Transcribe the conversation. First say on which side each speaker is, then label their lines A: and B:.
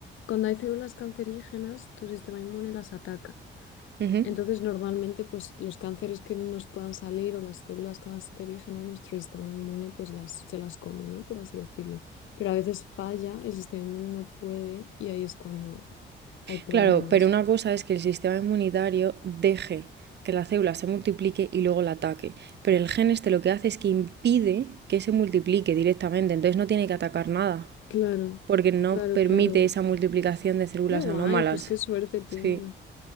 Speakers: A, on the left; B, on the right.
A: cuando hay células cancerígenas, tu sistema inmune las ataca.
B: Ujú.
A: Entonces, normalmente, pues los cánceres que nos puedan salir o las células cancerígenas, nuestro sistema inmune, pues las, se las come, ¿no? Por así decirlo. Pero a veces falla, el sistema inmune no puede y ahí es cuando hay problemas.
B: Claro, pero una cosa es que el sistema inmunitario deje que la célula se multiplique y luego la ataque. Pero el gen este lo que hace es que impide que se multiplique directamente, entonces no tiene que atacar nada,
A: Claro,
B: porque no
A: claro,
B: permite
A: claro.
B: esa multiplicación de células
A: Qué guay,
B: anómalas.
A: pues qué suerte tienen.
B: Sí,